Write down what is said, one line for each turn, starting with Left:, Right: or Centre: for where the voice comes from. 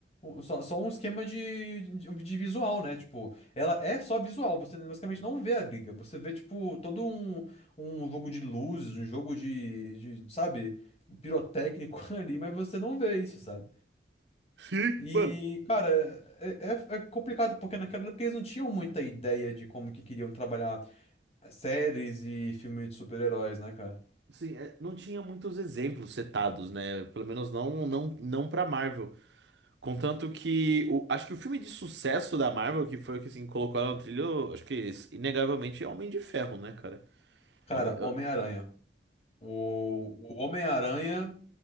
Left: um, só, só um esquema de, de, de visual, né? Tipo, ela é só visual, você basicamente não vê a briga. Você vê, tipo, todo um, um jogo de luzes, um jogo de, de, sabe, pirotécnico <laughs> ali, mas você não vê isso, sabe?
Right: Sim,
Left: E,
Right: mano.
Left: cara, é, é- é complicado, porque naquela época eles não tinham muita ideia de como que queriam trabalhar séries e filmes de super-heróis, né, cara?
Right: Sim, é, não tinha muitos exemplos setados, né? Pelo menos não não não para Marvel. Contanto que o- acho que o filme de sucesso da Marvel, que foi o que assim colocou ela no trilho, acho que inegavelmente é Homem de Ferro, né, cara?
Left: Cara,
Right: Homem,
Left: Homem-Aranha. O, o Homem-Aranha,